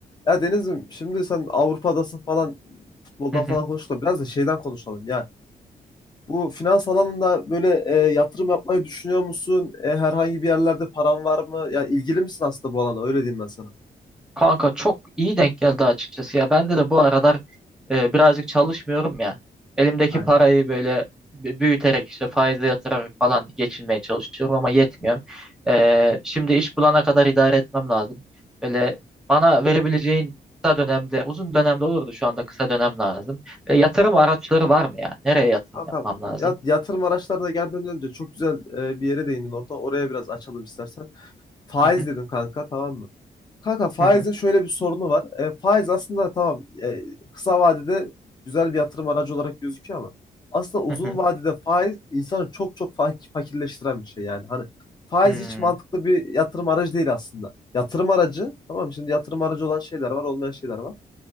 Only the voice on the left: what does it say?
Ya Deniz'im şimdi sen Avrupa'dasın falan futboldan
falan konuştuk da biraz da şeyden konuşalım. Ya bu finans alanında böyle e, yatırım yapmayı düşünüyor musun? E, herhangi bir yerlerde paran var mı? Ya ilgili misin aslında bu alana? Öyle diyeyim ben sana.
Aynen.
Hakan
ya- yatırım araçlarına gelmeden önce çok güzel e, bir yere değindin orada. Oraya biraz açalım istersen. Faiz
dedin kanka tamam mı? Kanka faizin
şöyle bir sorunu var. E, faiz aslında tamam e, kısa vadede güzel bir yatırım aracı olarak gözüküyor ama aslında uzun
vadede faiz insanı çok çok fa- fakirleştiren bir şey yani. Hani faiz
hiç mantıklı bir yatırım aracı değil aslında. Yatırım aracı tamam mı? Şimdi yatırım aracı olan şeyler var, olmayan şeyler var.